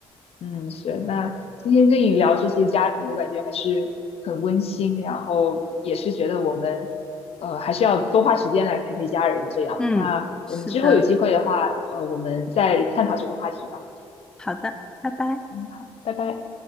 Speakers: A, on the left; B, in the centre.
A: 嗯，是。那今天跟你聊这些家庭，我感觉还是很温馨，然后也是觉得我们，呃，还是要多花时间来陪陪家人这样。
B: 嗯，
A: 那我们之后有机会的话，
B: 是的，
A: 呃，我们再探讨这个话题吧。
B: 好的，拜拜。
A: 嗯，好，拜拜。